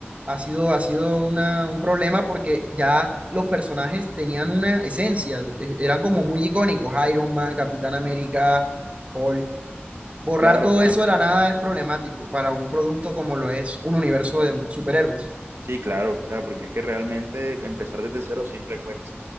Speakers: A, on the right; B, on the right.
A: ha sido, ha sido una, un problema porque ya los personajes tenían una esencia, e- eran como muy icónicos, Iron Man, Capitán América, Hulk, Borrar
B: Claro,
A: todo
B: claro.
A: eso de la nada es problemático para un producto como lo es un universo de superhéroes.
B: Sí,
A: Ya,
B: claro. O sea, porque es que realmente empezar desde cero siempre cuesta.